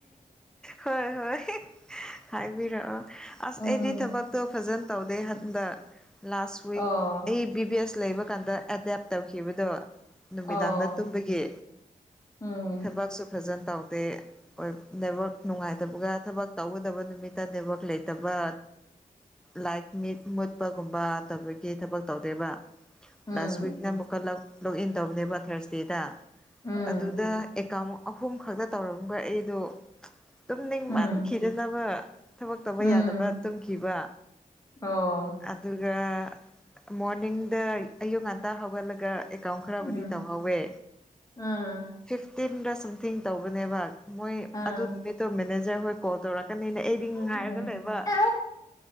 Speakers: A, in the centre; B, on the left (about 20°).
A: ꯍꯣꯏ ꯍꯣꯏ ꯍꯥꯏꯕꯤꯔꯛꯑꯣ ꯑꯁ
B: ꯎꯝ
A: ꯑꯩꯗꯤ ꯊꯕꯛꯇꯣ ꯐꯖꯅ ꯇꯧꯗꯦ ꯍꯟꯗ ꯂꯥꯁ ꯋꯤꯛ
B: ꯑꯣ
A: ꯑꯩ ꯕꯤ ꯕꯤ ꯑꯦꯁ ꯂꯩꯕ ꯀꯥꯟꯗ ꯑꯦꯗꯦꯞ ꯇꯧꯈꯤꯕꯗꯕ ꯅꯨꯃꯤꯗꯥꯡꯗ
B: ꯑꯣ
A: ꯇꯨꯝꯕꯒꯤ
B: ꯎꯝ
A: ꯊꯕꯛꯁꯨ ꯐꯖꯅ ꯇꯧꯗꯦ ꯅꯦꯠꯋꯥꯛ ꯅꯨꯡꯉꯥꯏꯇꯕꯒ ꯊꯕꯛ ꯇꯧꯒꯗꯕ ꯅꯨꯃꯤꯠꯇ ꯅꯦꯠꯋꯥꯛꯛ ꯂꯩꯇꯕ ꯂꯥꯏꯛ ꯃꯤꯠ ꯃꯨꯠꯄꯒꯨꯝꯕ ꯇꯧꯕꯒꯤ ꯊꯕꯛ ꯇꯧꯗꯦꯕ
B: ꯎꯝ
A: ꯂꯥꯁ ꯋꯤꯛꯅ ꯑꯃꯨꯛꯀ ꯂꯣꯛꯏꯟ ꯇꯧꯕꯅꯦꯕ ꯊꯥꯔꯁꯗꯦꯗ
B: ꯎꯝ
A: ꯑꯗꯨꯗ ꯑꯦꯀꯥꯎ ꯑꯍꯨꯝ ꯈꯛꯇ ꯇꯧꯔꯝꯕ ꯑꯩꯗꯣ ꯇꯨꯝꯅꯤꯡ
B: ꯎꯝ
A: ꯃꯥꯟꯈꯤꯗꯅꯕ ꯊꯕꯛ ꯇꯧꯕ
B: ꯎꯝ
A: ꯌꯥꯗꯕ ꯇꯨꯝꯈꯤꯕ
B: ꯑꯣ
A: ꯑꯗꯨꯒ ꯃꯣꯔꯅꯤꯡꯗ ꯑꯌꯨꯛ ꯉꯟꯇꯥ ꯍꯧꯒꯠꯂꯒ ꯑꯦꯀꯥꯎꯟ ꯈꯔꯕꯨꯗꯤ
B: ꯎꯝ
A: ꯇꯧꯍꯧꯋꯦ
B: ꯎꯝ
A: ꯐꯤꯐꯇꯤꯟꯗ ꯁꯝꯊꯤꯡ ꯇꯧꯕꯅꯦꯕ ꯃꯣꯏ
B: ꯑꯥ
A: ꯑꯗꯨꯃꯤ ꯇ ꯃꯦꯅꯦꯖꯔ ꯍ ꯀꯣ ꯇꯔ ꯇꯅꯤꯅ ꯑꯩꯗꯤ ꯉ ꯉꯥꯏꯔꯒ
B: ꯑ
A: ꯂꯣꯏꯕ